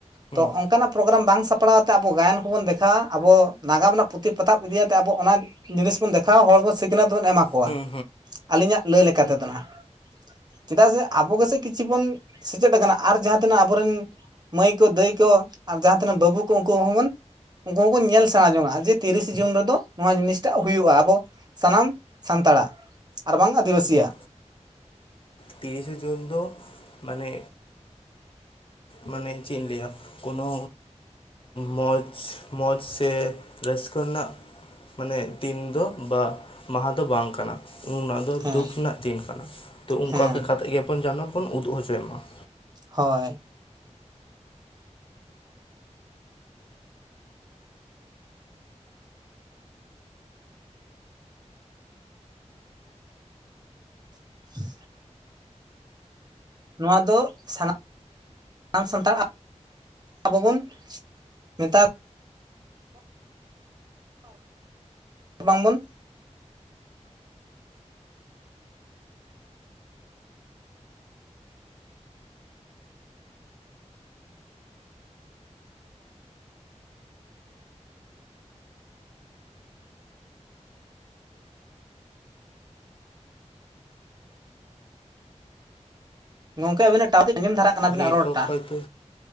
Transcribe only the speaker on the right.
ᱛᱚ
ᱚᱱᱠᱟᱱᱟᱜ ᱯᱨᱚᱜᱨᱟᱢ ᱵᱟᱝ ᱥᱟᱯᱲᱟᱣ ᱟᱛᱮ ᱟᱵᱚ ᱜᱟᱭᱟᱱ ᱠᱚᱵᱚᱱ ᱫᱮᱠᱷᱟᱣᱟ ᱟᱵᱚ ᱱᱟᱜᱟᱢ ᱨᱮᱱᱟᱜ ᱯᱩᱛᱷᱤ ᱯᱟᱛᱟᱵ ᱤᱫᱤ ᱟᱛᱮ ᱟᱵᱚ ᱚᱱᱟ ᱡᱤᱱᱤᱥ ᱵᱚᱱ ᱫᱮᱠᱷᱟᱣᱟ ᱦᱚᱲ ᱵᱚ ᱥᱤᱠᱷᱱᱟᱹᱛ ᱵᱚᱱ ᱮᱢᱟ ᱠᱚᱣᱟ
᱾ ᱟᱹᱞᱤᱧᱟᱜ ᱞᱟᱹᱭ ᱞᱮᱠᱟ ᱛᱮᱫᱚ ᱱᱟᱦᱜ ᱾ ᱪᱮᱫᱟᱜ ᱥᱮ ᱟᱵᱚ ᱜᱮᱥᱮ ᱠᱤᱪᱷᱩ ᱵᱚᱱ ᱥᱮᱪᱮᱫ ᱟᱠᱟᱱᱟ ᱟᱨ ᱡᱟᱦᱟᱸ ᱛᱤᱱᱟᱹᱜ ᱟᱵᱚᱨᱮᱱ ᱢᱟᱹᱭ ᱠᱚ ᱫᱟᱹᱭ ᱠᱚ ᱟᱨ ᱡᱟᱦᱟᱸ ᱛᱤᱱᱟᱹᱜ ᱵᱟᱹᱵᱩ ᱠᱚ ᱩᱱᱠᱩ ᱦᱚᱸᱵᱚᱱ ᱩᱱᱠᱩ ᱦᱚᱸᱠᱚ ᱧᱮᱞ ᱥᱮᱬᱟ ᱡᱚᱝᱟᱜ-ᱟ ᱡᱮ ᱛᱤᱨᱤᱥᱮ ᱡᱩᱱ ᱨᱮᱫᱚ ᱱᱚᱣᱟ ᱡᱤᱱᱤᱥᱴᱟᱜ ᱦᱩᱭᱩᱜᱼᱟ, ᱟᱵᱚ ᱥᱟᱱᱟᱢ ᱥᱟᱱᱛᱟᱲᱟᱜ ᱟᱨ ᱵᱟᱝ ᱟᱹᱫᱤᱵᱟᱹᱥᱤᱭᱟᱜ
᱾
ᱦᱮᱸ
ᱦᱮᱸ
ᱦᱚᱭ ᱾ <unintelligible> ᱱᱚᱣᱟ ᱫᱚ ᱥᱟᱱᱟ ᱟᱢ ᱥᱟᱱᱛᱟᱲ ᱟᱵᱚ ᱵᱚᱱ ᱢᱮᱛᱟ ᱵᱟᱝ ᱵᱚᱱ ᱜᱚᱝᱠᱮ ᱟᱵᱤᱱᱟᱜ ᱴᱟᱣᱟᱨ ᱠᱟᱹᱡ ᱟᱸᱡᱚᱢ ᱫᱷᱟᱨᱟᱜ ᱠᱟᱱᱟ ᱟᱵᱤᱱᱟᱜ
ᱨᱚᱲ ᱴᱟᱜ
᱾